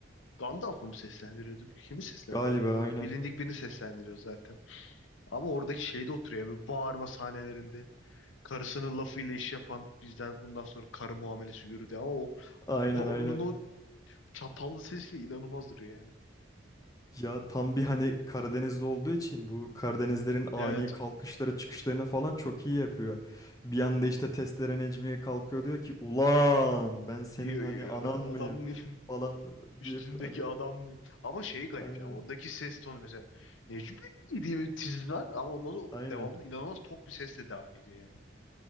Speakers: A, on the left (about 75°); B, on the left (about 20°).
A: Gandalf'ı mı seslendiriyordu? Kimi seslendiriyordu?
B: Galiba
A: Çok bilindik
B: aynen.
A: birini seslendiriyor zaten. Ama oradaki şey de oturuyor ya, bir bağırma sahnelerinde. Karısının lafıyla iş yapan bizden bundan sonra karı muamelesi görürdü ama o
B: Aynen
A: o- onun
B: aynen.
A: o çatallı sesiyle inanılmaz duruyor yani.
B: Ya tam bir hani Karadeniz'de olduğu için bu Karadenizlerin ani
A: Evet.
B: kalkışlara çıkışlarına falan çok iyi yapıyor. Bir anda işte testere Necmiye kalkıyor diyor ki ulan ben senin
A: Yo,
B: hani
A: yo,
B: anan mıyım
A: adam <laughs>
B: falan
A: üstündeki
B: deyip hani
A: adam mıyım? Ama şey garip
B: aynen
A: yani oradaki ses tonu mesela Necmi diye bir tiz var ama ondan sonra
B: aynen.
A: devamlı inanılmaz tok bir sesle devam ediyor yani.